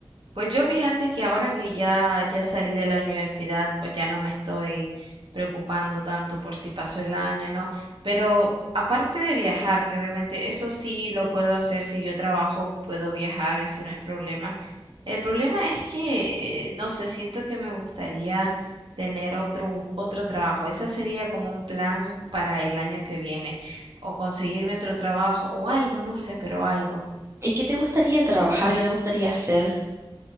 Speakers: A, on the right; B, on the right.
A: Pues yo fíjate que ahora que ya, ya salí de la universidad, pues ya no me estoy preocupando tanto por si pasó el año, ¿no? Pero aparte de viajar, que obviamente eso sí lo puedo hacer, si yo trabajo puedo viajar, ese no es problema. El problema es que, eh, no sé, siento que me gustaría tener otro, bus- otro trabajo. Esa sería como un plan para el año que viene, o conseguirme otro trabajo o algo, no sé, pero algo.
B: ¿Y qué te gustaría trabajar? ¿Qué te gustaría hacer?